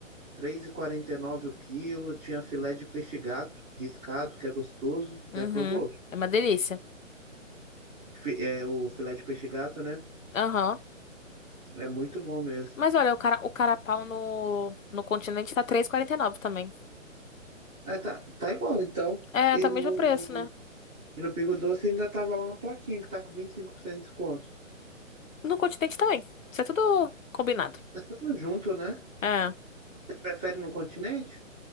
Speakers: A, in the centre; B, on the left.
A: três e e quarenta e nove o quilo. Tinha filé de peixe gato riscado, que é gostoso.
B: uhum.
A: Já provou?
B: É uma delícia.
A: Fi- É, o filé de peixe gato, né?
B: Aham.
A: É muito bom mesmo.
B: Mas olha, o cara, o carapau no, no continente tá três e quarenta e nove também.
A: É, tá, tá igual, então.
B: É,
A: E
B: tá o
A: no,
B: mesmo preço, né?
A: e no Pingo Doce ainda tava lá uma plaquinha que tá com 25% de desconto.
B: No continente também. Isso é tudo combinado.
A: É tudo junto, né?
B: É.
A: Prefere no continente?